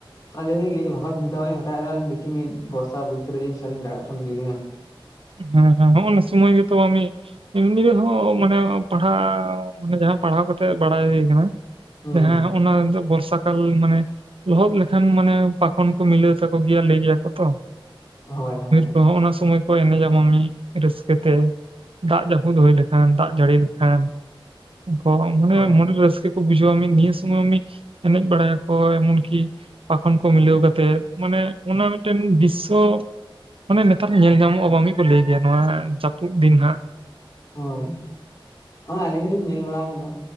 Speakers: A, on the left; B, on the right.
A: ᱟᱞᱤᱧ ᱦᱚᱸᱞᱤᱧ ᱞᱟᱹᱭᱮᱫᱟᱭ ᱵᱷᱟᱵ ᱪᱤᱱᱛᱷᱟᱤᱧ ᱦᱟᱛᱟᱣᱮᱫᱟ ᱫᱮᱠᱷᱤ ᱵᱚᱨᱥᱟ ᱢᱚᱫᱫᱷᱮ ᱨᱮ ᱡᱩᱫᱤ ᱥᱮᱱ ᱞᱤᱧ ᱞᱤ ᱫᱟᱲᱭᱟᱜ ᱠᱷᱟᱱ ᱡᱩᱤ ᱦᱟᱸᱜ,
B: ᱦᱮᱸ, ᱦᱮᱸ, ᱦᱚᱜ ᱚᱱᱟ ᱥᱚᱢᱚᱭ ᱜᱮᱛᱚ ᱢᱟ ᱢᱤᱫ ᱮᱢᱱᱤ ᱨᱮᱦᱚᱸ ᱢᱟᱱᱮ ᱯᱟᱲᱦᱟᱣ ᱢᱟᱱᱮ ᱡᱟᱦᱟᱸ ᱯᱟᱲᱦᱟᱣ ᱠᱟᱛᱮᱜ ᱵᱟᱲᱟᱭ ᱦᱩᱭ ᱠᱟᱱᱟ,
A: ᱦᱩᱸ
B: ᱡᱟᱦᱟᱸ ᱦᱚᱸ ᱜ ᱚᱱᱟ ᱢᱟᱱᱮ ᱵᱚᱨᱥᱟ ᱠᱟᱞ ᱢᱟᱱᱮ ᱞᱚᱦᱚᱫ ᱞᱮᱠᱷᱟᱱ ᱢᱟᱱᱮ ᱯᱟᱠᱷᱚᱱ ᱠᱚ ᱢᱤᱞᱟᱹᱣ ᱛᱟᱠᱚ ᱞᱟᱹᱭ ᱛᱟᱠᱚ ᱜᱮᱭᱟ ᱞᱟᱹᱭ ᱛᱟᱠᱚ ᱜᱮᱭᱟᱠᱚ ᱛᱚ᱾
A: ᱦᱳᱭ, ᱦᱳᱭ,
B: ᱠᱚᱦᱚᱸ ᱚᱱᱟ ᱥᱚᱢᱚᱭ ᱠᱚ ᱮᱱᱮᱡᱟᱢᱟ ᱢᱤᱫ ᱨᱟᱹᱥᱠᱟᱹ ᱛᱮ, ᱫᱟᱜ ᱡᱟᱹᱯᱩᱫ ᱦᱩᱭ ᱞᱮᱠᱷᱟᱱ ᱫᱟᱜ ᱡᱟᱹᱲᱤ ᱞᱮᱠᱷᱟᱱ ᱠᱚ ᱢᱟᱱᱮ
A: ᱦᱳᱭ
B: ᱢᱚᱱᱮ ᱨᱮ ᱨᱟᱹᱥᱠᱟᱹ ᱠᱚ ᱵᱩᱡᱷᱟᱹᱣ-ᱟ ᱱᱤᱭᱟᱹ ᱥᱚᱢᱚᱭ ᱢᱟ ᱮᱱᱮᱡ ᱵᱟᱲᱟᱭᱟ ᱠᱚ ᱨᱢᱚᱱ ᱠᱤ ᱯᱟᱠᱷᱚᱱ ᱠᱚ ᱢᱤᱞᱟᱹᱣ ᱠᱟᱛᱮᱫ ᱢᱟᱱᱮ ᱚᱱᱟ ᱢᱤᱫᱴᱮᱱ ᱫᱨᱤᱥᱥᱚ ᱢᱟᱱᱮ ᱱᱮᱛᱟᱨ ᱧᱮᱞ ᱧᱟᱢᱚᱜ ᱵᱟᱝ ᱢᱤᱫ ᱠᱚ ᱞᱟᱹᱭ ᱜᱮᱭᱟ ᱱᱚᱣᱟ ᱡᱟᱹᱯᱩᱫ ᱫᱤᱱ ᱦᱟᱸᱜ,
A: ᱦᱳᱭ, ᱱᱚᱜᱚᱭ ᱟᱹᱞᱤᱧ ᱦᱚᱸ ᱞᱤᱧ ᱧᱮᱞ ᱵᱟᱲᱟ ᱠᱟᱱᱟ᱾